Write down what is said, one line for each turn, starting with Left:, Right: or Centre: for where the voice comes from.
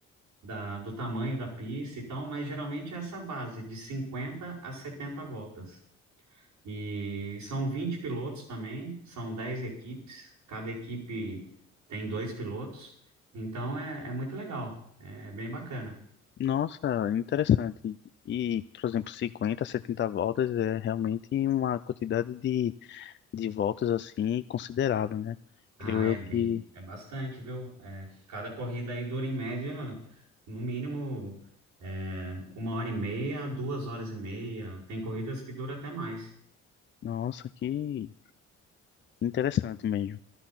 Right: da- do tamanho da pista e tal, mas geralmente é essa base, de 50 a 70 voltas. E são 20 pilotos também, são 10 equipes, cada equipe tem dois pilotos, então é, é muito legal, é bem bacana.
Left: nossa, interessante. E, por exemplo, 50, 70 voltas é realmente uma quantidade de, de voltas assim considerável, né? Creio
Right: Ah, é
Left: eu
Right: bem,
Left: que,
Right: é bastante, viu? É, cada corrida aí dura em média, no mínimo, é, uma hora e meia, duas horas e meia. Tem corridas que dura até mais.
Left: nossa, que Interessante mesmo.